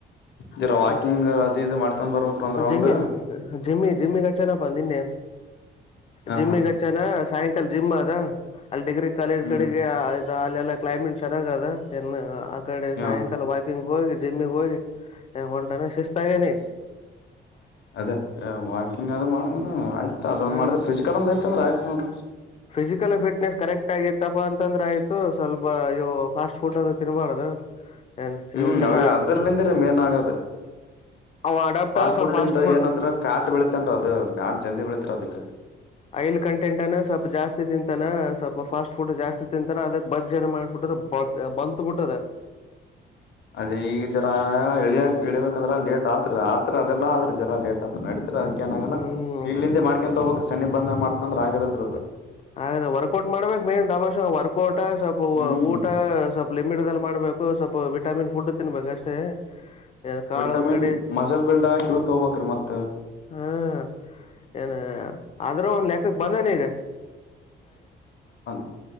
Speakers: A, on the left; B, on the left.
A: ಜರ ವಾಕಿಂಗ್
B: <unintelligible>
A: ಅದು ಇದು ಮಾಡ್ಕೊಂಡ್ ಬರ್ಬೇಕ್ರ ಒಂದ್ ರೌಂಡ್
B: ಜಿಮ್ಮಿ ಜಿಮ್ಮಿ ಜಿಮ್ಮಿಗೆಚ್ಚನಪ್ಪ ನಿನ್ನೆ.
A: ಹಾ
B: ಜಿಮ್ಮಿಗ
A: ಹಾ
B: ಹಚ್ ನ. ಸಾಯಂಕಾಲ ಜಿಮ್ ಅದ ಅಲ್ಲಿ ಡಿಗ್ರಿ ಕಾಲೇಜ್
A: ಹ್ಮ್
B: ಕಡೆಗೆ. ಅಲ್ಲ ಎಲ್ಲಾ ಕ್ಲೈಮೇಟ್ ಚೆನ್ನಾಗ ಅದ ನ್ ಆಗಡೆ
A: ಹಾ
B: ಸಾಯಂಕಾಲ ವಾಕಿಂಗ್ ಹೋಗಿ. ಜಿಮ್ಮಿಗೆ ಹೋಗಿ ಹೊಂಟಾನ ಶಿಸ್ತಾಗೆನ್
A: ಅದೇ ವಾಕಿಂಗ್ ಅದ ಮಾಡಿದ ಆಯ್ತು ಅದೊಂದು
B: ಹಾ
A: ಮಾಡಿದ್ರೆ ಫಿಸಿಕಲ್ ಒಂದು ಆ್ತ ಅಂದ್ರೆ ಆಯ್ತು ನೋಡ್.
B: ಫಿಸಿಕಲ್ ಪಿಟ್ನೆಸ್ ಕರೆಕ್ಟ್ ಆಗತ್ತಪ್ಪ. ತಂದ್ರೆ ಆಯ್ತು ಸ್ವಲ್ಪ ಇ ಫಾಸ್ಟ್ ಫುಡ್ ಅ್ರ ತಿನ್ಬಾರ್ದು. ಏನ್
A: ಹ್ಮ್
B: ಇವಕ್ಕೆಲ್ಲ
A: ಅ ಅದ್ರಲಿಂದ್ರೆ ಮೇನ್ ಆಗದ.
B: ಅವ ಅಡಾಪ್ಟ
A: ಫಾಸ್ಟ್
B: ಸ್ವಲ್
A: ಫುಡ್ಲಂದ
B: ಫುಡ್
A: ಏನತ್ರ ಫ್ಯಾಟ್ ಬೆಳೀತೇನ್ರ ಅವ ಫ್ಯಾಟ್ ಜಲ್ದಿ ಬೆಳೀತರ ಅದಕ್.
B: ಐಲ್ ಕಂಟಂ ಅನ್ನು ಸ್ವಲ್ಪ ಜಾಸ್ತಿ ತಿಂತಾನ ಸ್ವಲ್ಪ ಫಾಸ್ಟ್ ಫುಡ್ ಜಾಸ್ತಿ ತಿಂತಾನ ಅದಕ್ ಬೋಜ್ ಎನ ಮಾಡ್ಬಿದ ಬತ್ ಬಲ್ತು ಬಿುಟ್ಟದ.
A: ಅದೇ ಈಗ ಜರ ಎಳಿಯ ಎಳಿಬೇಕಂದ್ರ ಲೇಟ್ ಆತ್ ಆತ್ರ ಅದೆಲ್ಲಾ ಆದ್ರ ಜರ ಲೇಟ್ ಸ ನಡತತ್ರಿ ಅದಕ ಏನಾಗಲ್ಲ
B: ಹ್ಮ್
A: ಈಗ್ಲಿಂದ ಮಾಡಕಂತ ಹೋಗ್ರಿ ಸನಿಪ ಬಂದ್ತಂದ್ರೆ ಆಗದಲ್ರರಿ.
B: ಹಾಗಾದ್ರೆ ವರ್ಕೌಟ್ ಮಾಡ್ಬೇಕ್ ಮೇನ್ ದಬಾಷೆ ವರ್ಕೌಟ ಸ್ವಲ್ಪ
A: ಹ್ಮ್
B: ಊಟ ಸ್ವಲ್ಪ್ ಲಿಮಿಡ್ದಲ್ಲಿ ಮಾಡ್ಬೇಕು ಸ್ವಲ್ಪ ವಿಟಾಮಿನ್ ಫುಡ್ ತಿನ್ಬೇಕು ಅಷ್ಟೇ. ಏನ್ ಕಾಳು
A: ವಿಟಮಿನ್
B: ಕಡಿ
A: ಮಸಲ್ ಬಿಲ್ಡ ಕ್ಯೂತೋಬೇಕ್ರಿ ಮತ್ತ
B: ಹ್ಮ ಏನ ಆದ್ರ ಒಂದ ಲೆಕ್ಕಕ್ ಬಂದನೆನ
A: ಹ